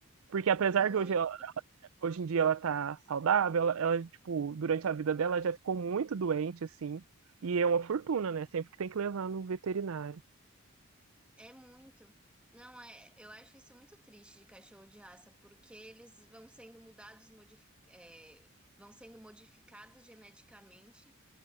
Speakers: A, on the right (about 75°); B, in the centre.
A: Porque apesar
B: Muito.
A: de hoje, ela- hoje em dia ela tá saudável, ela, ela, tipo, durante a vida dela já ficou muito doente, assim. E é uma fortuna, né? Sempre que tem que levar no veterinário.
B: É muito. Não é, eu acho isso muito triste de cachorro de raça, porque eles vão sendo mudados, modif- é, vão sendo modificados geneticamente